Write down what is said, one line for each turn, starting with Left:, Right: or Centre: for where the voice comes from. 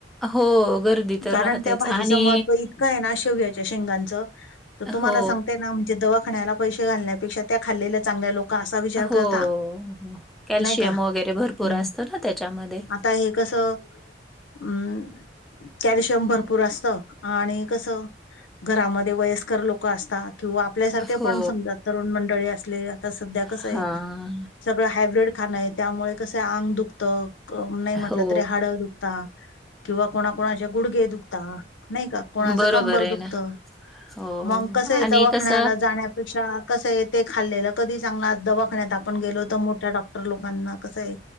Centre: हो, गर्दी तर
Left: कारण
Centre: राहतेच
Left: त्या भाजीचं
Centre: आणि
Left: महत्त्व इतकं आहे ना शेवयाच्या शेंगांचं. त तुम्हाला
Centre: हो,
Left: सांगते ना म्हणजे दवाखान्याला पैशे घालण्यापेक्षा त्या खाल्लेल्या चांगल्या लोक असा विचार
Centre: हो
Left: करता
Centre: अ कॅल्शियम
Left: नाही का
Centre: वगैरे भरपूर
Left: हं.
Centre: असतं ना त्याच्यामध्ये.
Left: आता हे कसं म कॅल्शियम भरपूर असत आणि कसं घरामध्ये वयस्कर लोक असतात. किंवा आपल्यासारखे
Centre: हो,
Left: पण समजा तरुण मंडळी असले आता सध्या कसय
Centre: हां.
Left: सगळं हायब्रीड खाणं आहे त्यामुळे कसं आंग दुखतं क नाही म्हटलं
Centre: हो,
Left: तरी हाडं दुखता किंवा कोणाकोणाचे गुडघे दुखता. नाही का कोणाच
Centre: बरोबर
Left: कंबर
Centre: आहे
Left: दुखत
Centre: ना. हो
Left: मग कसं आहे
Centre: आणि
Left: दवाखान्याला
Centre: कसं
Left: जाण्या पेक्षा कसं आहे ते खाल्लेलं कधीही चांगलय, आज दवाखान्या आपण गेलो तर मोठ्या डॉक्ट टर लोकांना कसय